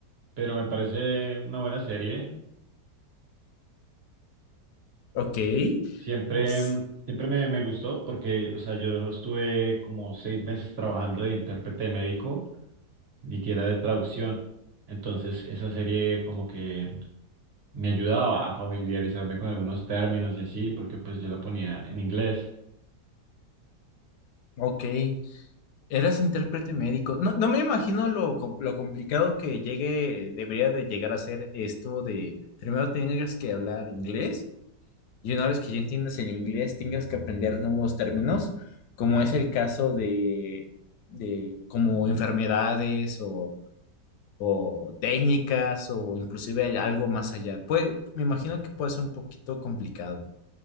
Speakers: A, on the right; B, on the left.
A: pero me parece una buena serie.
B: Ok.
A: Siempre,
B: Ps,
A: mm, siempre me, me gustó porque, o sea, yo estuve como seis meses trabajando de intérprete médico, ni que era de traducción. Entonces, esa serie como que me ayudaba a familiarizarme con algunos términos y así, porque pues yo la ponía en inglés.
B: Ok. Eras intérprete médico. No, no me imagino lo, com- lo complicado que llegue, debería de llegar a ser esto de primero tengas que hablar inglés y una vez que ya entiendas el inglés tengas que aprender nuevos términos, como es el caso de, de como enfermedades o, o técnicas o inclusive hay algo más allá. Puede, me imagino que puede ser un poquito complicado,